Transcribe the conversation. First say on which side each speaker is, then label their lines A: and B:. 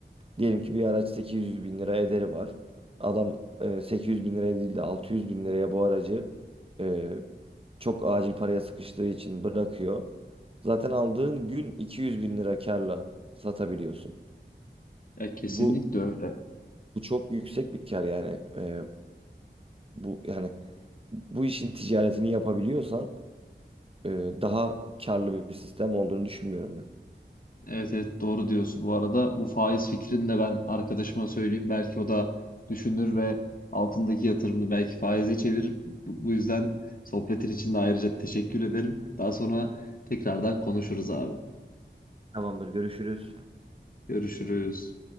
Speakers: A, on the right; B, on the left.
A: diyelim ki bir araç 800 bin lira ederi var. Adam e, 800 bin liraya değil de 600 bin liraya bu aracı e, çok acil paraya sıkıştığı için bırakıyor. Zaten aldığın gün 200 bin lira karla satabiliyorsun.
B: Ya kesinlikle
A: Bu
B: öyle.
A: Bu çok yüksek bir kar yani. Ee, bu yani bu işin ticaretini yapabiliyorsan e, daha karlı bir sistem olduğunu düşünmüyorum ben.
B: Evet evet doğru diyorsun. Bu arada bu faiz fikrini de ben arkadaşıma söyleyeyim. Belki o da düşünür ve altındaki yatırımını belki faize çevirir. Bu bu yüzden sohbetin için de ayrıca teşekkür ederim. Daha sonra tekrardan konuşuruz abi.
A: Tamamdır, görüşürüz.
B: Görüşürüz.